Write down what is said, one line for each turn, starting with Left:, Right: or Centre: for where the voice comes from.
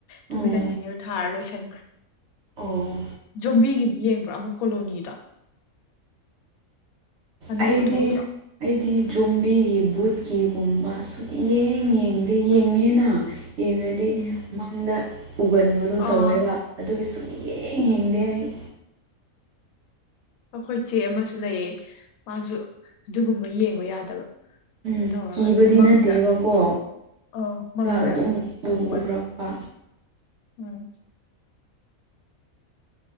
Right: ꯎꯝ
Left: ꯇꯨꯕꯤ ꯀꯟꯇꯤꯅ꯭ꯌꯨ ꯊꯥꯔꯥ ꯂꯣꯏꯁꯟꯈ꯭ꯔꯦ
Right: ꯑꯣ
Left: ꯖꯣꯝꯕꯤꯒꯤꯗꯤ ꯌꯦꯡꯕ꯭ꯔ‌ꯣ ꯑꯃꯨꯛ ꯀꯣꯂꯣꯅꯤꯗꯣ ꯑꯅꯧꯕ
Right: ꯑꯩꯗꯤ
Left: ꯊꯣꯛꯄꯗꯣ
Right: ꯑꯩꯗꯤ ꯖꯣꯝꯕꯤꯒꯤ ꯕꯨꯠꯀꯤꯒꯨꯝꯕ ꯁꯨꯛꯌꯦꯡ ꯌꯦꯡꯗꯦ ꯌꯦꯡꯉꯦ ꯅ ꯌꯦꯡꯉꯗꯤ
Left: ꯎꯝ
Right: ꯃꯪꯗ ꯎꯒꯟꯕꯗꯣ
Left: ꯑꯥ
Right: ꯇꯧꯋꯦꯕ ꯑꯗꯨꯒꯤ ꯁꯨꯛꯌꯦ ꯌꯦꯡꯗꯦ ꯑꯩ
Left: ꯑꯩꯈꯣꯏ ꯆꯦ ꯑꯃꯁꯨ ꯂꯩꯌꯦ ꯃꯥꯖꯨ ꯑꯗꯨꯒꯨꯝꯕ ꯌꯦꯡꯕ ꯌꯥꯗꯕ ꯀꯩꯅꯣ
Right: ꯎꯝ
Left: ꯇꯧꯔꯥꯒ
Right: ꯀꯤꯕꯗꯤ
Left: ꯑꯗꯨꯝ ꯃꯪꯗ
Right: ꯅꯠꯇꯦꯕꯀꯣ
Left: ꯑꯣ ꯃꯪꯗ
Right: ꯑꯗꯨꯝ
Left: ꯇꯧꯕꯗꯣ
Right: ꯎ ꯎꯔꯛꯄ
Left: ꯎꯝ